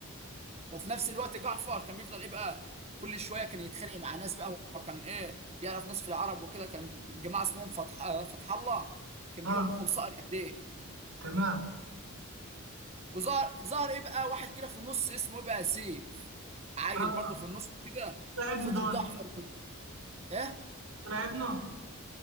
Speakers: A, on the right; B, on the right.
A: وفي نفس الوقت جعفر كان بيفضل ايه بقى كل شويه كان يتخانق مع ناس بقى هو كان ايه يعرف ناس في العرب وكده كان جماعه اسمهم فتح آه، فتح الله كان
B: اه
A: بينه وبينهم صقر ايديه
B: تمام
A: وظهر ظهر ايه بقى واحد كده في النص اسمه ايه بقى سيف عيل
B: اه
A: برضه في النص كده
B: لعبنا
A: فضل
B: دول
A: جعفر ايه
B: لعبنا